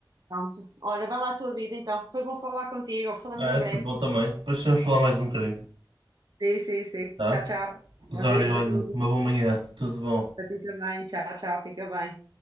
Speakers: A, on the right (about 50°); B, on the right (about 85°).
A: Portanto, olha, vai lá a tua vida então. Foi bom falar contigo. Falamos
B: É,
A: em breve.
B: futebol também. Depois vamos falar mais um bocadinho,
A: Sim, sim, sim.
B: tá?
A: Tchau, tchau.
B: Rosário,
A: Bom dia para
B: olha,
A: ti.
B: uma boa manhã, tudo bom.
A: Para ti também. Tchau, tchau. Fica bem.